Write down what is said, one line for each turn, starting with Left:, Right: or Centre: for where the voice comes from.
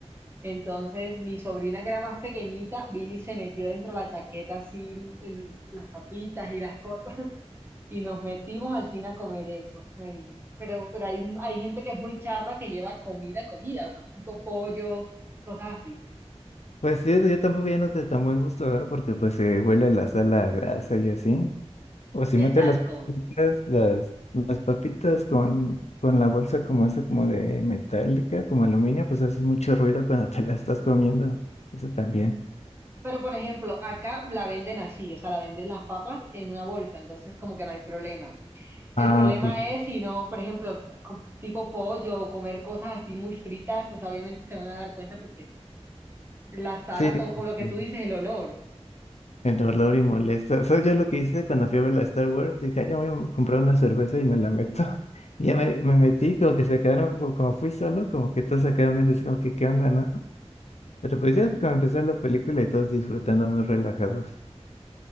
Right: Entonces, mi sobrina que era más pequeñita vino y se metió dentro de la chaqueta así el- el- las papitas y las cosas <laughs> y nos metimos al cine a comer eso. Ay, no. Pero, pero hay, hay gente que es muy charra que lleva comida, comida, o sea, tipo pollo, cosas así.
Left: Pues sí, eso yo tampoco ya no sé tan buen gusto, ¿verdad? Porque pues se huele la sal a grasa y así. O si metes
Right: Exacto.
Left: las papitas, las, las papitas con, con la bolsa como esa, como de metálica, como aluminio, pues haces mucho ruido cuando te la estás comiendo. Eso también.
Right: Pero por ejemplo, acá la venden así, o sea, la venden las papas en una bolsa, entonces como que no hay problema. El
Left: Ah,
Right: problema
Left: ok.
Right: es si no, por ejemplo, co- tipo pollo o comer cosas así muy fritas, o sea, obviamente se van a dar cuenta porque la sala,
Left: sí.
Right: todo con lo que
Left: Sí,
Right: tú dices, el olor,
Left: el olor y molesta. ¿Sabes yo lo que hice cuando fui a ver la Star Wars? Dije, "Ay, ya voy a comprar una cerveza y me la meto. <laughs> Y ya me, me metí, como que se quedaron, como como fui solo, como que todos se quedaron viendo así como que, ¿qué onda, no? Pero pues ya como empezó la película y todos disfrutando muy relajados.